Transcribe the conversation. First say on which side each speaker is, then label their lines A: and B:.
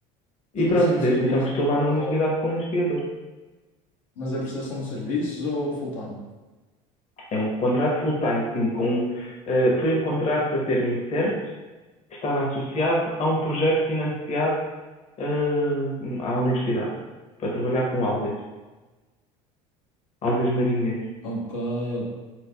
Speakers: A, on the left; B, on the left.
A: E
B: prestação
A: pronto,
B: de
A: desde
B: serviço,
A: então que estou lá na universidade
B: ou-
A: como investigador.
B: mas é prestação de serviços ou full-time?
A: É um contrato full-time, sim, com, um, ah, foi um contrato a termo incerto, que estava associado a um projeto financiado ah, à universidade para trabalhar com algas, algas marinhas.
B: Ok, ok,